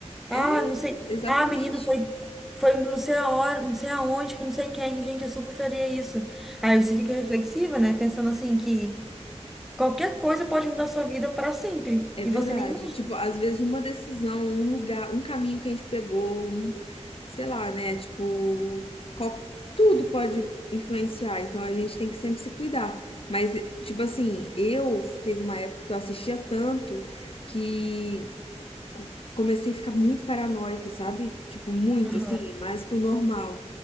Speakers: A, in the centre; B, on the left.
A: Ah,
B: É,
A: não sei.
B: exatamente.
A: Ah, a menina foi, foi não sei aonde, não sei aonde, com não sei quem. Gente, eu super faria isso. Aí você fica reflexiva, né? Pensando assim que qualquer coisa pode mudar sua vida para sempre.
B: É
A: E
B: verdade.
A: você nem imagina.
B: Tipo, às vezes uma decisão, um lugar, um caminho que a gente pegou, um, sei lá, né? Tipo, qual- tudo pode influenciar. Então a gente tem que sempre se cuidar. Mas, tipo assim, eu teve uma época que eu assistia tanto que co- comecei a ficar muito paranoica, sabe? Tipo, muito,
A: Aham,
B: assim, mais que o normal.